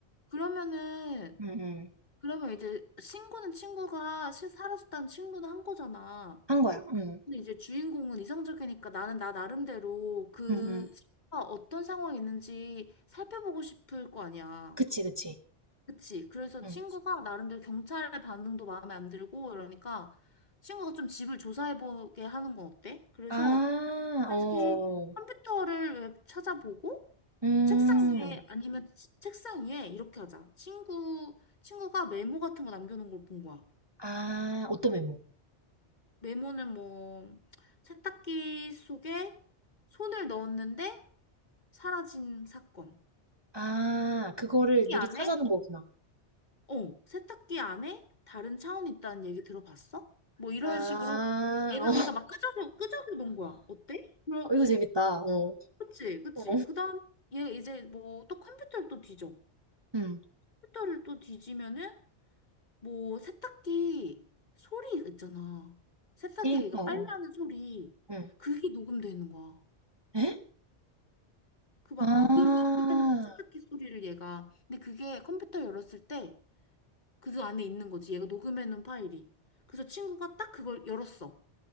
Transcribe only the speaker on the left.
그러면은,
그러면 이제 친구는 친구가 시- 사라졌다는 친구는 한 거잖아.
근데 이제 주인공은 이성적이니까 나는 나 나름대로 그
친구가 어떤 상황이 있는지 살펴보고 싶을 거 아니야.
그치. 그래서
친구가 나름대로 경찰의 반응도 마음에 안 들고 이러니까 친구가 좀 집을 조사해보게 하는 건 어때? 그래서
이렇게
컴퓨터를 왜 찾아보고
책상 위에 아니면 치- 책상 위에 이렇게 하자. 친구, 친구가 메모 같은 거 남겨놓은 걸 본 거야.
메모는 뭐 세탁기 속에 손을 넣었는데 사라진 사건.
이
안에
어, 세탁기 안에 다른 차원이 있다는 얘기 들어봤어? 뭐 이런
식으로 얘가
그러니까
막 끄적여 끄적여 놓은 거야. 어때? 그럼
그치 그치.
그다음 얘 이제 뭐 또 컴퓨터를 또 뒤져.
컴퓨터를 또 뒤지면은 뭐 세탁기 소리 있잖아. 세탁기에
얘가
빨래하는 소리
그게 녹음돼 있는 거야.
그 막
녹음 녹음하는 거야 세탁기 소리를 얘가. 근데 그게 컴퓨터 열었을 때 그 안에 있는 거지. 얘가 녹음해놓은 파일이. 그래서 친구가 딱 그걸 열었어.